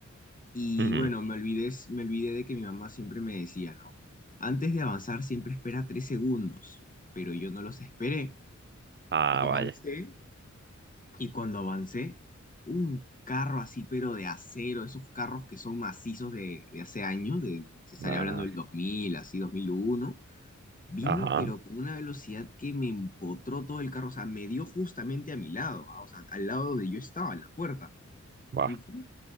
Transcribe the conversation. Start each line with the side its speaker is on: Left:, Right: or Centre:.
Left: Y
Right: Ujú.
Left: bueno, me olvidé, me olvidé de que mi mamá siempre me decía, ¿no? Antes de avanzar siempre espera tres segundos, pero yo no los esperé.
Right: Ah,
Left: Avancé.
Right: vaya.
Left: Y cuando avancé, un carro así, pero de acero, esos carros que son macizos de, de hace años, de, se estaría
Right: Ah,
Left: hablando del 2000, así, 2001 Vino,
Right: Ajá.
Left: pero con una velocidad que me empotró todo el carro. O sea, me dio justamente a mi lado, ah, O sea, al lado de yo estaba, en la puerta.
Right: Va.
Left: Y fue